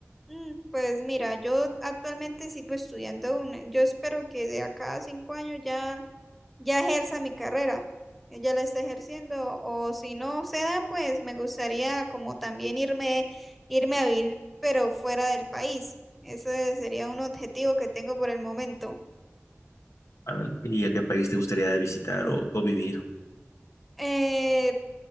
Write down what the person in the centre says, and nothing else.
Mm, Pues mira, yo actualmente sigo estudiando una. Yo espero que de acá a cinco años ya, ya ejerza mi carrera. eh, Ya la esté ejerciendo. O si no se da, pues me gustaría como también irme, irme a vivir, pero fuera del país. Ese sería un objetivo que tengo por el momento.
Eh,